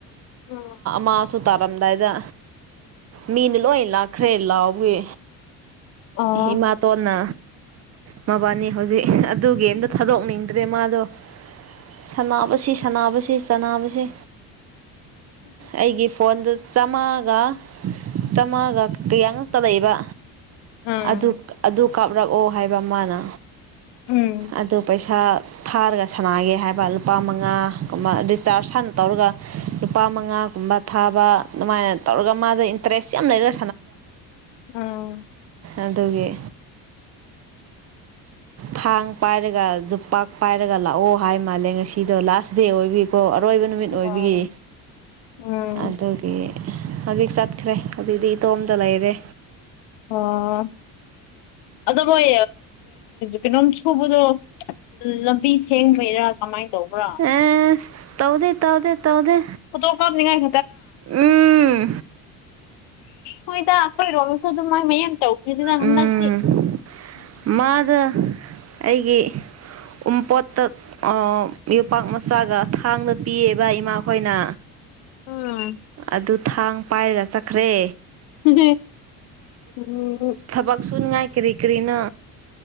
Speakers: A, on the left (about 75°); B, on the right (about 40°).
A: ꯑ
B: ꯃꯥꯁꯨ ꯇꯥꯔꯝꯗꯥꯏꯗ ꯃꯤꯅ ꯂꯣꯏ ꯂꯥꯛꯈ꯭ꯔꯦ ꯂꯥꯎꯋ
A: ꯑꯣ
B: ꯏꯃꯥꯇꯣꯟꯅ ꯃꯕꯥꯅꯤ ꯍꯧꯖꯤꯛ ꯑꯗꯨꯒꯤ ꯑꯝꯗ ꯊꯥꯗꯣꯛꯅꯤꯡꯗ꯭ꯔꯦ ꯃꯥꯗꯣ ꯁꯕꯁꯤ ꯁꯅꯕꯕꯁꯤ ꯆꯕꯁꯤ ꯑꯩꯒꯤ ꯐꯣꯟꯗ ꯆꯥꯝꯃꯉꯥꯒ ꯆꯥꯝꯃꯉꯥꯒ ꯀꯌꯥꯉꯛꯇ ꯂꯩꯕ
A: ꯎꯝ
B: ꯑꯗꯨ ꯑꯗꯨ ꯀꯥꯞꯂꯛꯑꯣ ꯍꯥꯏꯕ ꯃꯥꯅ
A: ꯎꯝ
B: ꯑꯗꯨ ꯄꯩꯁꯥ ꯊꯥꯔꯒ ꯁꯥꯟꯅꯒꯦ ꯍꯥꯏꯕ ꯂꯨꯄꯥ ꯃꯉꯥꯒꯕ ꯆꯥꯔ ꯁꯅ ꯇꯧꯔꯒ ꯂꯨꯄꯥ ꯃꯉꯥ ꯁꯨꯝꯕ ꯊꯥꯕ ꯑꯗꯨꯃꯥꯏꯅ ꯇꯧꯔꯒ ꯃꯥꯗ ꯏꯟꯇꯔꯦꯁ ꯌꯥꯝ ꯂꯩꯔ
A: ꯎꯝ
B: ꯑꯗꯨꯒꯤ ꯊꯥꯡ ꯄꯥꯏꯔꯒ ꯌꯖꯣꯄꯥꯛ ꯄꯥꯏꯔꯒ ꯂꯥꯛꯑꯣ ꯍꯥꯏ ꯃꯥꯜꯂꯦ ꯉꯁꯤꯗꯣ ꯂꯥꯁ ꯗꯦ ꯑꯣꯏꯕꯤꯀꯣ ꯑꯔꯣꯏꯕ ꯅꯨꯃꯤꯠ ꯑꯣꯏꯕꯤꯒꯤ
A: ꯑꯣ ꯎꯝ
B: ꯑꯗꯨꯒꯤ ꯍꯧꯖꯤꯛ ꯆꯠꯈ꯭ꯔꯦ ꯍꯧꯖꯤꯛꯇꯤ ꯏꯇꯣꯝꯇ ꯂꯩꯔꯦ
A: ꯑꯣ ꯑꯗ ꯃꯣꯏ ꯀꯩꯅꯣꯝ ꯁꯨꯕꯗꯣ ꯂꯝꯕꯤ ꯁꯦꯡꯕꯩꯔꯥ ꯀꯃꯥꯏꯅ ꯇꯧꯕ꯭ꯔꯥ
B: ꯑꯦ ꯇꯧꯗꯦ ꯇꯧꯗꯦ ꯇ ꯑꯣꯗ
A: ꯐꯣꯇꯣ ꯀꯥꯞꯅꯤꯡꯉꯥꯏ
B: ꯎꯝ
A: ꯍꯣꯏ ꯏꯗꯈꯣꯏ ꯔꯣꯝꯁꯗ ꯃ ꯃ ꯑ ꯇꯧ ꯑꯩꯗ
B: ꯎꯝ
A: ꯍꯦ
B: ꯃꯥꯗ ꯑꯩꯒꯤ ꯎꯝꯄꯣꯠꯇ ꯌꯣꯄꯥꯛ ꯃꯆꯥꯒ ꯊꯥꯡꯗ ꯄꯤꯌꯦꯕ ꯏꯃꯥꯈꯣꯏꯅ
A: ꯎꯝ
B: ꯑꯗꯨ ꯊꯥꯡ ꯄꯥꯏꯔꯒ ꯆꯠꯈ꯭ꯔꯦ
A: ꯝ ꯎ
B: ꯊꯄꯛꯁꯨꯅ ꯉꯥꯏ ꯀꯔꯤ ꯀꯔꯤꯅ